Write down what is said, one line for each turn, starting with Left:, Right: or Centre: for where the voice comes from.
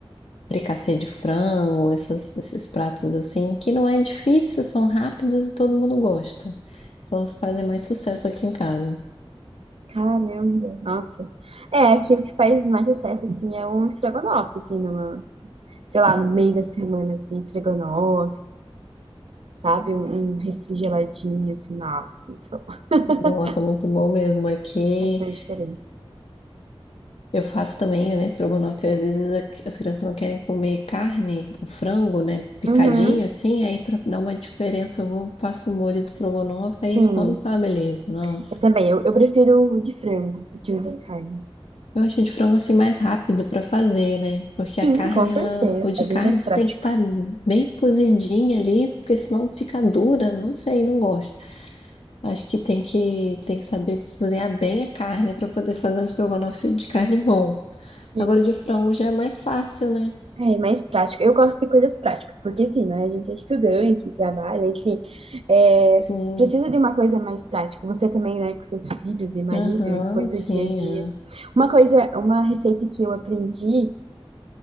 Left: fricassê de frango, essas- esses pratos assim, que não é difícil, são rápidos e todo mundo gosta. São os que fazem mais sucesso aqui em casa.
Right: caramba, nossa. É, aqui o que faz mais sucesso, assim, é um estrogonofe, assim, numa, sei lá, no meio da semana, assim, estrogonofe, sabe? Um, um refrigeradinho, assim, nossa, muito bom. <laughs>
Left: Nossa, muito bom mesmo aqui.
Right: Faz mais diferença.
Left: Eu faço também, né, estrogonofe. Às vezes a- as crianças não querem comer carne, o frango, né, picadinho
Right: Uhum,
Left: assim. Aí pra dar uma diferença, eu vou, faço um molho de estrogonofe aí
Right: sim.
Left: come com uma beleza. Nossa.
Right: Eu também, eu, eu prefiro o de frango do que o de carne.
Left: Eu acho o de frango assim mais rápido pra fazer, né? Porque
Right: Sim,
Left: a carne,
Right: com certeza,
Left: ela, o de
Right: é
Left: carne
Right: bem mais prático.
Left: você tem que estar bem cozidinha ali, porque senão fica dura. Não sei, não gosto. Acho que tem que tem que saber cozinhar bem a carne pra poder fazer um estrogonofe de carne bom.
Right: Sim.
Left: Agora o de frango já é mais fácil, né?
Right: É mais prático. Eu gosto de coisas práticas, porque assim, né? A gente é estudante, trabalha, enfim. é,
Left: Sim,
Right: precisa de uma coisa mais prática. Você também, né, com seus filhos e marido
Left: Aham,
Right: e coisa
Left: sim.
Right: do dia a dia.
Left: é.
Right: Uma coisa, uma receita que eu aprendi